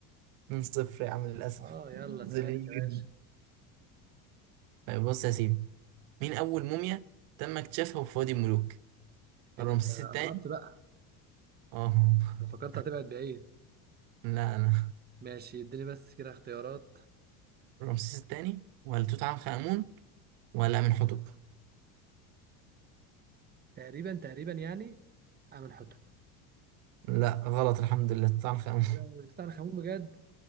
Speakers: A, on the right (about 60°); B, on the right (about 25°).
A: من صفر يا عم للاسف
B: اه يلا سؤالك
A: ذلني
B: يا
A: جدا
B: باشا
A: طيب بص يا سيدي مين اول موميا تم اكتشافها في وادي الملوك
B: ايه
A: رمسيس
B: ده انت
A: الثاني
B: قربت بقى
A: اه <laughs>
B: انا فكرت هتبعد بعيد
A: لا لا
B: ماشي اديني بس كده اختيارات
A: رمسيس الثاني ولا توت عنخ امون ولا امين حتب
B: تقريبا تقريبا يعني أمن حتمي
A: لا غلط الحمد لله توت عنخ امون
B: يا لهوي، توت عنخ امون بجد